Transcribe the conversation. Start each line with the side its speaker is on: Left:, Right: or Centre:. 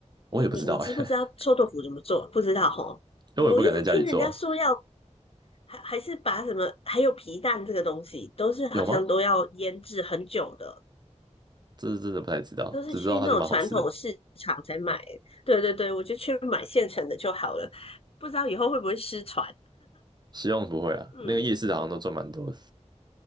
Right: 我也不知道哎，
Left: 你你你知不知道臭豆腐怎么做？不知道吼，
Right: <laughs>
Left: 我一直听人家说要
Right: 因为我也不敢在家里做，
Left: 还还是把什么，还有皮蛋这个东西，都是好像都要腌制很久的，
Right: 有吗？这是真的不太知道，
Left: 都是去那种传统市场才买。
Right: 只知道它就蛮好吃的。
Left: 对对对，我就去买现成的就好了。不知道以后会不会失传？
Right: 希望不会啊，
Left: 嗯，
Right: 那个夜市好像都赚蛮多的